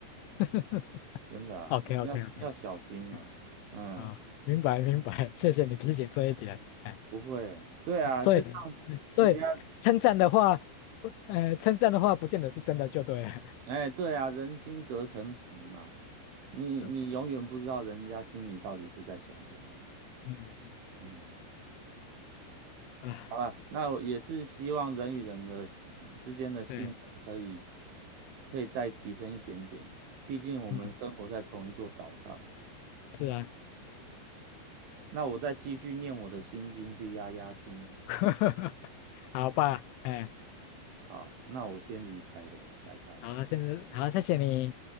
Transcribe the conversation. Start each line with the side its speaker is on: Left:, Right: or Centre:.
Left: <laughs>
Right: 真的啊，
Left: ，OK OK
Right: 要要小心啊。
Left: OK，<laughs> 嗯
Right: 嗯，
Left: 啊，明白明白，谢谢你提醒这一点，哎，
Right: 不会，对啊，
Left: 嗯所以嗯所以称赞的话，
Right: 就像人家，
Left: 不呃，称赞的话不见得是真的就对了，
Right: 哎，对啊，人心隔层皮嘛，你你永远不知道人家心里到底是在想什么。
Left: <laughs> 嗯嗯嗯
Right: 嗯。
Left: 啊，
Right: 好了，那我也是希望人与人的之间的信任可以
Left: 对，
Right: 可以再提升一点点啦。毕竟我们生活在同一座岛上。
Left: 嗯是啊，
Right: 那我再继续念我的心经去压压惊哦。
Left: <laughs> 好吧，哎，
Right: 好，那我先离开了，拜拜。
Left: 好，现在好，谢谢你。